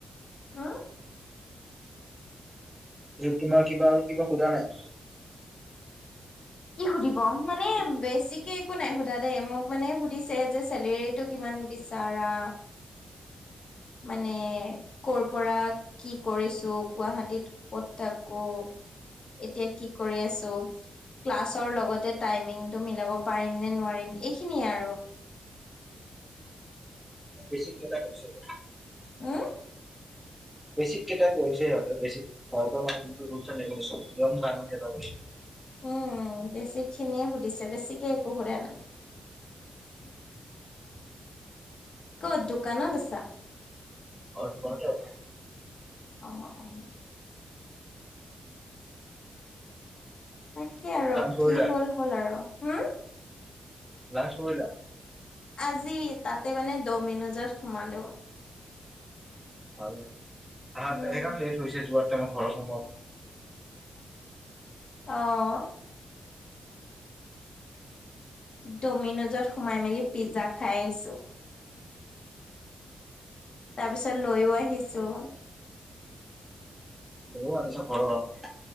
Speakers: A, on the left; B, in the centre.
A: উম
B: যে তোমাৰ কিবা আৰু কিবা সোধা নাই।
A: কি সুধিব মানে বেছিকে একো নাই সোধা দেই মোক মানে সুধিছে যে চেলেৰীটো কিমান বিচাৰা মানে কৰপৰা কি কৰিছ গুৱাহাটীত ক'ত থাকো এতিয়া কি কৰি আছো? ক্লাছৰ লগতে টাইমিংটো মিলাব পাৰিম নে নোৱাৰিম এইখিনিয়ে আৰু
B: বেছি কেইটা কৰিছগে
A: উম
B: বেচিক কেইটা কৰিছে সিহঁতে বেছিক সিহঁতৰ মানে নটো লেমুলেছন গম নাই ইমান কেইটা কৰিছে
A: উম বেচিকখিনিয়ে সুধিছে বেছিকে একো সুধা নাই
B: <unintelligible>
A: ক'ত দোকানত আছা?
B: অ দোকানতে আছো।
A: <unintelligible> তাকে আৰু,
B: লাঞ্চ কৰিলা?
A: কি হ'ল হ'ল আৰু। হ? ম
B: লাঞ্চ কৰিলা?
A: আজি তাতে মানে দমিনোজত সোমালো।
B: ভালে, আহাত
A: উম
B: গাড়ীখন লেট হৈছে যোৱাত তাইমত ঘৰত সময়ত।
A: অ'। ডমিন'জত সোমাই মেলি পিজ্জা খাই আহিছো। তাৰপিছত লৈও আহিছো।
B: লৈও আনিছা ঘৰৰ কাৰনে,